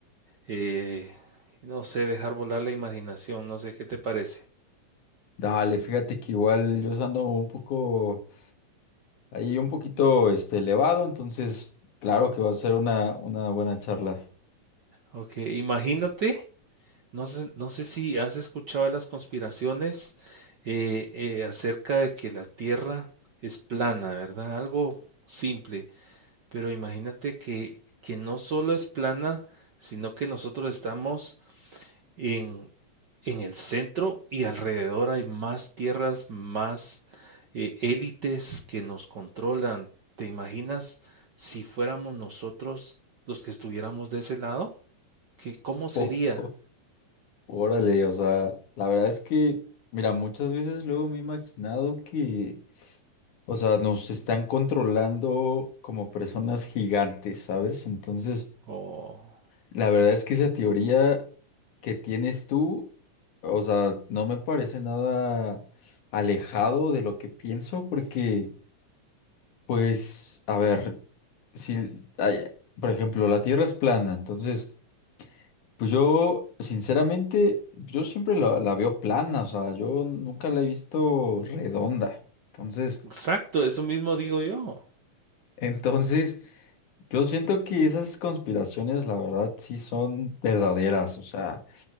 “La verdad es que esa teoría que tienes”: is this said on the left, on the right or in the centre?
Left